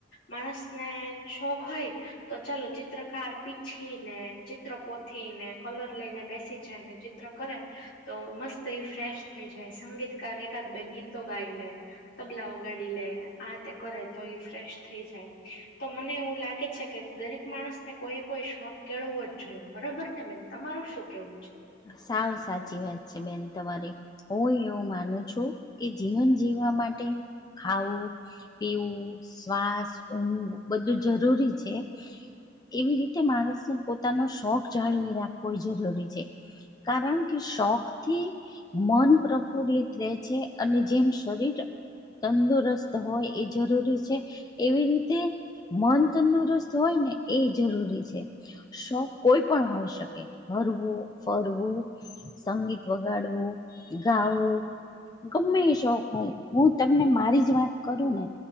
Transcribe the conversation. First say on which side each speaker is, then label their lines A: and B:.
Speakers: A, on the left (about 60°); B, on the left (about 20°).
A: માણસ ને શોખ હોય તો ચાલો ચિત્રકાર પીછી ને. ચિત્ર પોથીને કલર લઈને બેસી જાય ને ચિત્ર કરે તો મસ્ત. એ ફ્રેશ થઈ જાય સંગીતકાર એકાદ બે ગીતો ગાઈ લે. તબલાઓગાડી લે આ તે કરે તો ફ્રેશ થઈ જાય, તો મને એવું લાગે છે કે દરેક માણસ ને કોઈ કોઈ શોખ કેળવો જ જોઈએ બરોબર ને બેન તમારું શું કેવું છે?
B: સાવ સાચી વાત છે બેન તમારી. હું એવું માનું છું કે જીવન જીવવા માટે ખાવું. પીવું શ્વાસ ઊંઘ બધું જરૂરી છે. એવી રીતે માણસને પોતાનો શોખ જાળવી રાખવો જરૂરી છે. કારણ કે શોખ થી. મન પ્રફુલ્લિત રહે છે અને જેમ શરીર તંદુરસ્ત હોય એ જરૂરી છે એવી રીતે. મન તંદુરસ્ત હોય ને એ જરૂરી છે. શોખ કોઈ પણ હોય શકે, હરવું. ફરવું, સંગીત વગાડવું, ગાવું. ગમે એ શોખ હોય હું તમને મારી જ વાત કરું ને.